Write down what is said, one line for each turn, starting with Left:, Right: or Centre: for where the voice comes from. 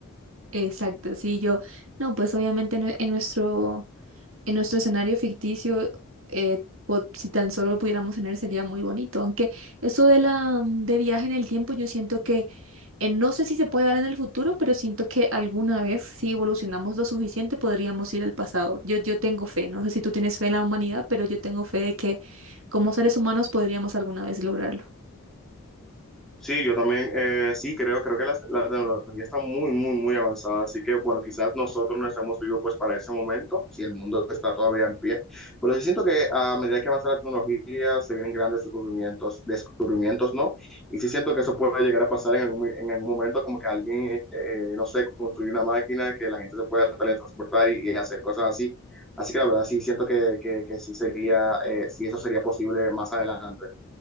Right: Exacto, sí, yo, no, pues obviamente en, en nuestro, en nuestro escenario ficticio, eh, po- si tan solo lo pudiéramos tener sería muy bonito, aunque eso de la, mm, de viaje en el tiempo, yo siento que, eh, no sé si se puede dar en el futuro, pero siento que alguna vez, si evolucionamos lo suficiente, podríamos ir al pasado. Yo, yo tengo fe, no sé si tú tienes fe en la humanidad, pero yo tengo fe de que como seres humanos podríamos alguna vez lograrlo.
Centre: Sí, yo también, eh, sí, creo, creo que la, la tecnología está muy, muy, muy avanzada, así que bueno, quizás nosotros no estamos vivos pues para ese momento, si el mundo está todavía en pie, pero sí siento que a medida que avanza la tecnología se vienen grandes descubrimientos, descubrimientos, ¿no? Y sí siento que eso puede llegar a pasar en algún, en algún momento, como que alguien, eh, eh, no sé, construye una máquina que la gente se pueda teletransportar y, y hacer cosas así, así que la verdad sí siento que, que, que sí sería, eh, sí eso sería posible más adelante.